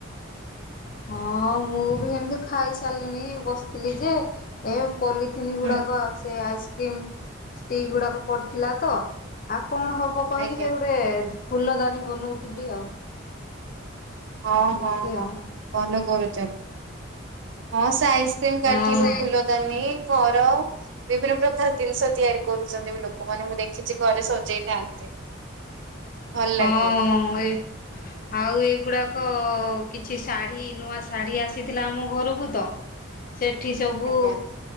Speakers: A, on the left; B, on the right.
A: ହଁ ମୁଁ ବି ସେମିତି ଖାଇସାରିଲିଣି ବସିଥିଲି ଯେ ଏ ପଲିଥିନ୍ ଗୁଡ଼ାକ
B: ହୁଁ
A: ସେ ଆଇସ୍କ୍ରିମ୍ ଷ୍ଟିକ୍ ଗୁଡ଼ାକ ପଡ଼ିଥିଲା ତ ଆଉ କଣ ହବ କହିକି
B: ଆଜ୍ଞା
A: ସେ ଗୋଟେ ଫୁଲ ଦାନୀ ବନଉଥିଲି ଆଉ।
B: ହଁ
A: ଏମିତି
B: ହଁ ହଁ
A: ଆଉ।
B: ଭଲ କରୁଛନ୍ତି ହଁ। ଆଇସ୍କ୍ରିମ କାଠିରୁ
A: ହଁ
B: ଫୁଲଦାନି ଘର ବିଭିନ୍ନ ପ୍ରକାର ଜିନିଷ ତିଆରି କରୁଛନ୍ତି ବି ଲୋକମାନେ ମୁଁ ଦେଖିଛି ଘରେ ସଜେଇଥାନ୍ତି ଭଲ ଲାଗେ
A: ହଁ ଏ ଆଉ ଏ ସେଗୁଡ଼ାକ କିଛି ଶାଢ଼ୀ ନୂଆ ଶାଢ଼ୀ ଆସିଥିଲା ଆମ ଘରକୁ ତ ସେଠି ସବୁ
B: ଆଜ୍ଞା